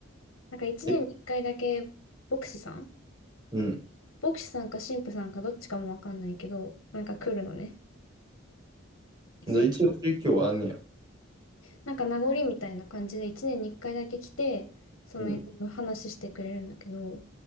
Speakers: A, on the left; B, on the right.
A: なんか一年に一回だけ、
B: え、
A: 牧師さん
B: うん。
A: 牧師さんか神父さんかどっちかもわかんないけど、なんか来るのね。一年
B: で一応宗教はあんねや。
A: なんか名残みたいな感じで一年に一回だけ来て、そのいろいろ話してくれるんだけど、
B: うん。